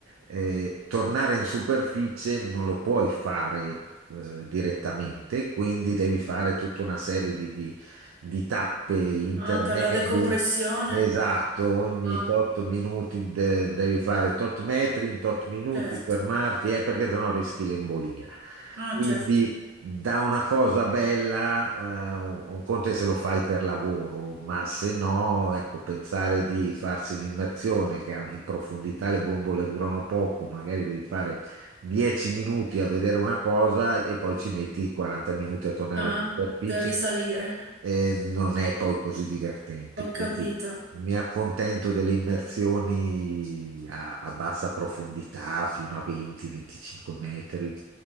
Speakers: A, on the right; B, on the right.
A: eh, tornare in superficie non lo puoi fare eh, direttamente, quindi devi fare tutta una serie di, di- di tappe intermedie.
B: Ah, per la decompressione?
A: Esatto, ogni
B: Ah,
A: tot minuti de- devi fare tot metri in tot minuti,
B: certo.
A: fermarti, eh, perché sennò rischi l'embolia.
B: Ah,
A: Quindi
B: certo.
A: da una cosa bella, eh, un un conto è se lo fai per lavoro, ma se no, ecco, pensare di farsi un'immersione che in profondità le bombole durano poco, magari devi fare 10 minuti a vedere una cosa e poi ci metti 40 minuti a tornare
B: Ah,
A: in superficie
B: per risalire.
A: eh, non è poi così divertente,
B: Ho
A: quindi
B: capito.
A: mi accontento delle immersioni a, a bassa profondità, fino a 20-25 metri,